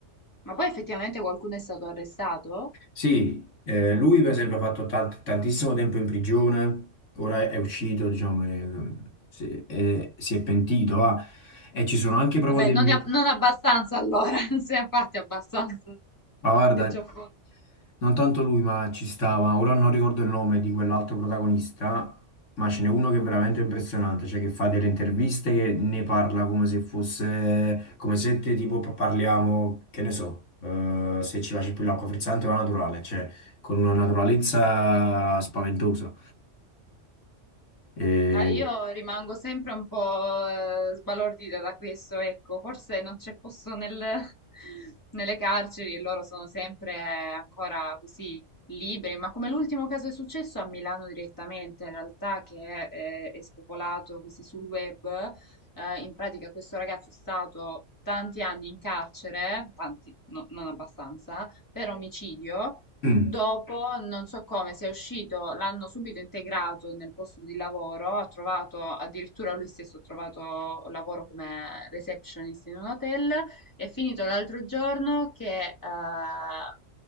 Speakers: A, on the left; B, on the left.
A: Ma poi effettivamente qualcuno è stato arrestato?
B: Sì, eh, lui per esempio ha fatto tant- tantissimo tempo in prigione, ora è uscito, diciamo, e, mm, si, e si è pentito, va. E ci sono anche proprio
A: Vabbè,
B: delle...
A: non, ne ha-
B: Pentito.
A: non abbastanza allora, <laughs> non se ne ha fatti abbastanza,
B: Ma guarda,
A: se già fosse,
B: non tanto lui, ma ci stava. Ora non ricordo il nome di quell'altro protagonista, ma ce n'è uno che è veramente impressionante, cioè che fa delle interviste che ne parla come se fosse, come se te, tipo pa- parliamo, che ne so, eh, se ci piace più l'acqua frizzante o la naturale, cioè con una naturalezza
A: se nulla fosse.
B: spaventosa. E...
A: Ma io rimango sempre un po' eh, sbalordita da questo, ecco, forse non c'è posto nel- <laughs> nelle carceri e loro sono sempre ancora così liberi, ma come l'ultimo caso è successo a Milano direttamente, in realtà che eh, è spopolato così sul web, eh, in pratica questo ragazzo è stato tanti anni in carcere, tanti, no- non abbastanza, per omicidio.
B: Mm,
A: Dopo, non so come, se è uscito, l'hanno subito integrato nel posto di lavoro, ha trovato, addirittura lui stesso ha trovato lavoro come receptionist in un hotel, è finito l'altro giorno che eh, ha,